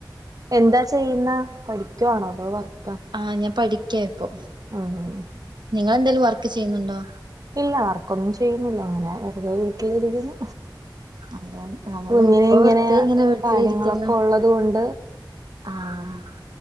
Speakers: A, on the right; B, on the right.
A: എന്താ ചെയ്യുന്ന പഠിക്കുവാണോ അതോ വർക്ക
B: ആഹ് ഞാൻ പഠിക്കാ ഇപ്പോ
A: ഉം ഉം
B: നിങ്ങൾ എന്തെങ്കിലും വർക്ക് ചെയ്യുന്നുണ്ടോ
A: ഇല്ല വർക്കൊന്നും ചെയ്യുന്നില്ല ഇങ്ങനെ വെറുതെ വീട്ടില് ഇരിക്കുന്നു
B: അതെ നമ്മള്
A: കുഞ്ഞിന്
B: ഇപ്പൊ
A: ഇങ്ങനെ
B: വെറുതെ വീട്ടിലിരിക്കുന്നു
A: കാര്യങ്ങളൊക്കെ ഉള്ളത് കൊണ്ട്
B: ആഹ്